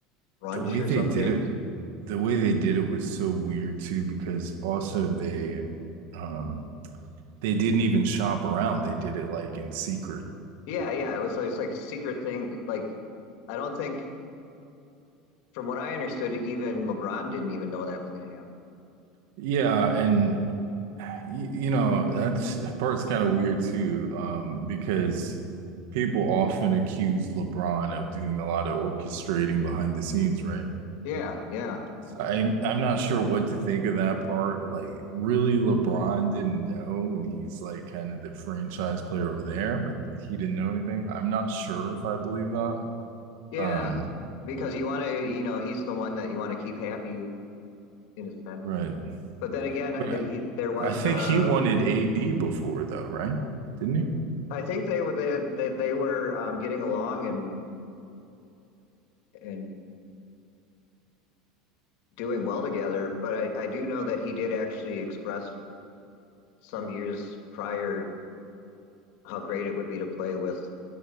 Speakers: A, on the left; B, on the right.
A: brunch
B: the way
A: or
B: they
A: something.
B: did it, the way they did it was so weird too, because also they um they didn't even shop around. They did it like in secret.
A: Yeah, yeah, it was it's like a secret thing. Like I don't think, from what I understood, even LeBron didn't even know that was going to happen.
B: Yeah, and y- you know, that's that part's kind of weird too, um, because people often accuse LeBron of doing a lot of orchestrating behind the scenes, right?
A: Yeah, yeah.
B: So I I'm not sure what to think of that part. Like, really, LeBron didn't know when he's like kind of the franchise player over there, but he didn't know anything. I'm not sure if I believe that.
A: Yeah,
B: Um,
A: because you want to, you know, he's the one that you want to keep happy in a sense.
B: right.
A: But then again,
B: But
A: the, he there was,
B: I think
A: um,
B: he wanted AD before though, right? Didn't he?
A: I think they were they they, they were um, getting along and and and doing well together. But I I do know that he did actually express some years prior how great it would be to play with